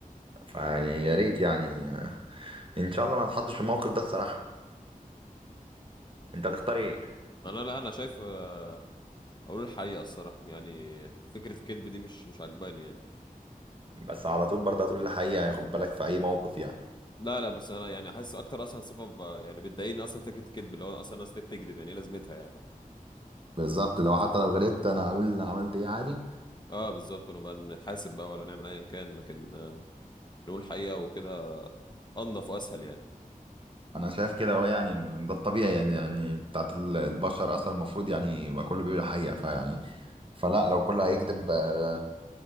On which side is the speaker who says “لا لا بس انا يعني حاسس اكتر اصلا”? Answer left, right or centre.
Left